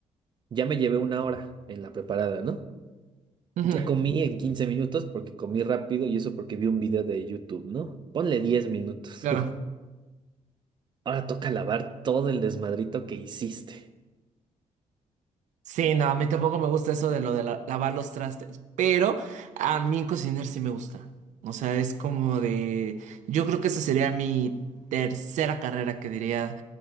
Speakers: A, on the right (about 40°); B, on the right (about 85°).
A: ya me llevé una hora en la preparada, ¿no?
B: Ujú,
A: Ya comí en 15 minutos porque comí rápido y eso porque vi un video de YouTube, ¿no? Ponle 10 minutos.
B: claro.
A: <laughs> Ahora toca lavar todo el desmadrito que hiciste.
B: Sí, no, a mí tampoco me gusta eso de lo de la- lavar los trastes, pero a mí cocinar sí me gusta. O sea, es como de... Yo creo que esa sería mi tercera carrera que diría,